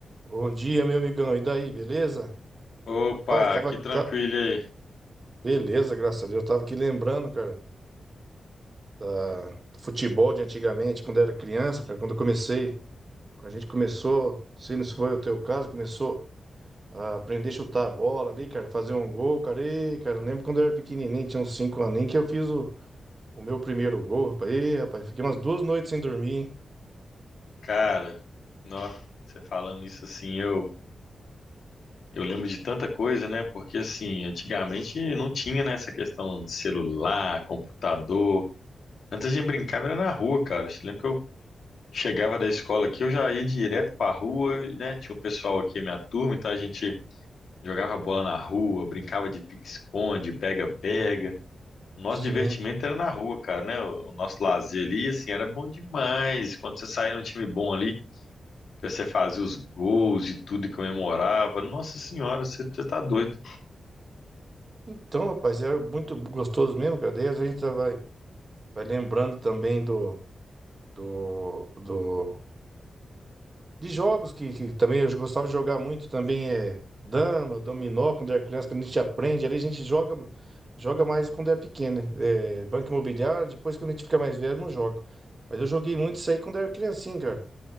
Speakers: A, on the right; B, on the left.
A: Bom dia, meu amigão. E daí, beleza?
B: Opa,
A: Rapaz, tava.
B: que tranquilo
A: tá-
B: aí.
A: Beleza, graças a Deus. Eu tava aqui lembrando, cara, da- do futebol de antigamente, quando era criança, cara, quando eu comecei. Quando a gente começou, não sei se foi o teu caso, começou a aprender a chutar a bola ali, cara, fazer um gol, cara. E, cara, eu lembro quando eu era pequenininho, tinha uns 5 aninhos, que eu fiz o, o meu primeiro gol, rapaz. E, rapaz, fiquei umas duas noites sem dormir, hein?
B: Cara, nó, você falando isso assim, eu, eu lembro de tanta coisa, né? Porque assim, antigamente não tinha, né, essa questão de celular, computador. Antes a gente brincava era na rua, cara. Eu lembro que eu chegava da escola aqui, eu já ia direto pra rua, e, né? Tinha o pessoal aqui, a minha turma, então a gente jogava bola na rua, brincava de pique-esconde, pega-pega. O nosso
A: Sim.
B: divertimento era na rua, cara, né? O o nosso lazer ali, assim, era bom demais. Quando você saía num time bom ali, que você fazia os gols e tudo e comemorava. Nossa senhora, você, você tá doido.
A: Então, rapaz, era muito gostoso mesmo, cara. Daí a gente vai, vai lembrando também do. Do, do De jogos que, que também eu gostava de jogar muito também é dama, dominó, quando era criança, quando a gente aprende, ali a gente joga, joga mais quando é pequeno, né? É, banco imobiliário, depois quando a gente fica mais velho, não joga. Mas eu joguei muito isso aí quando era criancinha, cara.